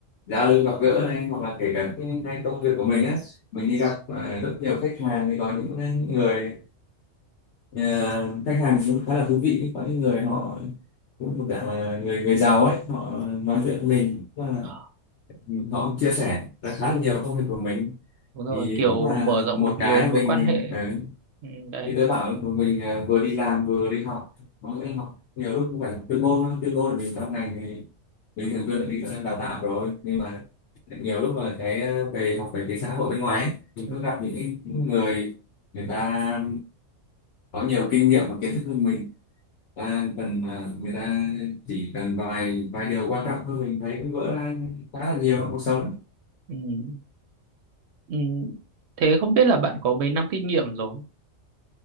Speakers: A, on the left (about 65°); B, on the right (about 65°).
A: giao lưu gặp gỡ này hoặc là kể cả cái, cái công việc của mình á mình đi
B: Ừ.
A: gặp à, rất nhiều khách hàng thì có những người à, khách hàng cũng khá là thú vị có những người họ cũng thuộc dạng là người người giàu ấy họ nói chuyện với mình và
B: Ờ.
A: họ cũng chia sẻ là khá là nhiều công việc của mình
B: đúng rồi
A: thì
B: kiểu
A: cũng là
B: mở rộng
A: một
B: được
A: cái
B: nhiều mối
A: mà mình
B: quan hệ
A: ờ,
B: ừ, đấy
A: như tớ bảo là mình à, vừa đi làm vừa đi học nó nên học nhiều lúc cũng phải học chuyên môn á. chuyên môn là mình trong ngành thì mình thường xuyên đi đào tạo rồi nhưng mà nhiều lúc mà cái ờ, về học về cái xã hội bên ngoài ấy, mình
B: Ừ.
A: cứ gặp những, cái- những người người ta có nhiều kinh nghiệm và kiến thức hơn mình ta cần ờ, người ta chỉ cần vài vài điều quan trọng thôi mình thấy cũng vỡ ra khá là nhiều trong cuộc sống
B: ừ. Ừ. thế không biết là bạn có mấy năm kinh nghiệm rồi